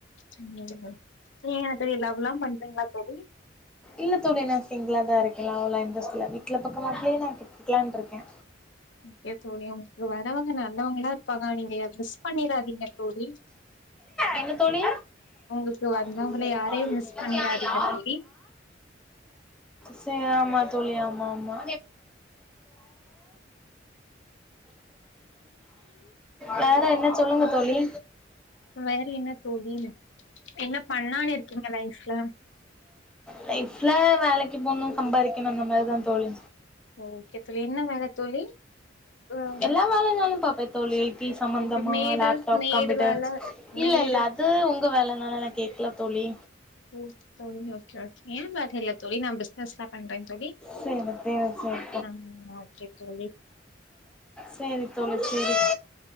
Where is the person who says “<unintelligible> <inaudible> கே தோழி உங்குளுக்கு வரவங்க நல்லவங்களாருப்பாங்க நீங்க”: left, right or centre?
Left